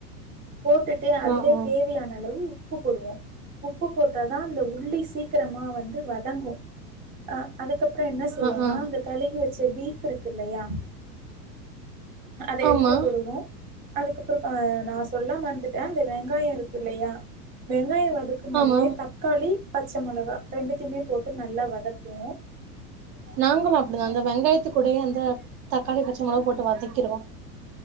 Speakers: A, on the right; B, on the right.
A: போட்டுட்டு அதுலயே
B: ஆ ஆ
A: தேவையான அளவு உப்பு போடுவோ உப்பு போட்டாதா அந்த உள்ளி சீக்கிரமா வந்து வதங்கு அ அதுக்கப்பறோ என்ன செய்வோனா
B: ஆ ஆ
A: அந்த கழுகி வச்ச பீஃப் இருக்கு இல்லையா அத எடுத்து
B: ஆமா
A: போடுவோ, அதுக்கப்றோ அ நா சொல்லமறந்துட்டே அந்த வெங்காயோ இருக்கு இல்லையா வெங்காய வதக்கும்போதே
B: ஆமா
A: தக்காளி ப ச்ச மொளகா ரெண்டுத்தையுமே போட்டு நல்லா வதக் போ
B: நாங்களு அப்டிதா அந்த வெங்காயத்து கூடையே அந்த தக்காளி பச்ச மொளவா போட்டு வதக் கிருவோ